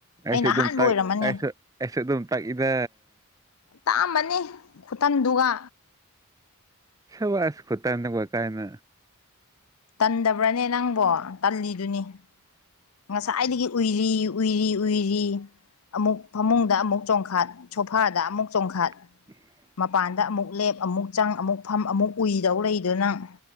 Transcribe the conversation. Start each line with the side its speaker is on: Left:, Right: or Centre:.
Right: ꯑꯩꯁꯨ
Left: ꯑꯩꯅ ꯑꯍꯥꯟꯕ
Right: ꯑꯗꯨꯝ ꯇꯥꯛ
Left: ꯑꯣꯏꯔꯝꯃꯅꯤ
Right: ꯑꯩꯁꯨ ꯑꯩꯁꯨ ꯑꯗꯨꯝ ꯇꯥꯛꯏꯗ
Left: ꯇꯥꯃꯅꯤ ꯈꯨꯇꯟꯗꯨꯒ
Right: ꯁꯕ ꯑꯁ ꯈꯠꯇꯅꯦ ꯀ ꯀꯥꯏꯅ
Left: ꯇꯟꯗꯕ꯭ꯔꯅꯦ ꯅꯪꯕꯣ ꯇꯜꯂꯤꯗꯨꯅꯤ ꯉꯁꯥꯏꯗꯒꯤ ꯎꯏꯔꯤ ꯎꯏꯔꯤ ꯎꯏꯔꯤ ꯑꯃꯨꯛ ꯐꯃꯨꯡꯗ ꯑꯃꯨꯛ ꯆꯣꯡꯈꯥꯠ ꯁꯣꯐꯥꯗ ꯑꯃꯨꯛ ꯆꯣꯡꯈꯥꯠ
Right: <unintelligible>
Left: ꯃꯄꯥꯟꯗ ꯑꯃꯨꯛ ꯂꯦꯞ ꯑꯃꯨꯛ ꯆꯪ ꯑꯃꯨꯛ ꯐꯝ ꯑꯃꯨꯛ ꯎꯏꯗꯧ ꯂꯩꯗꯨ ꯅꯪ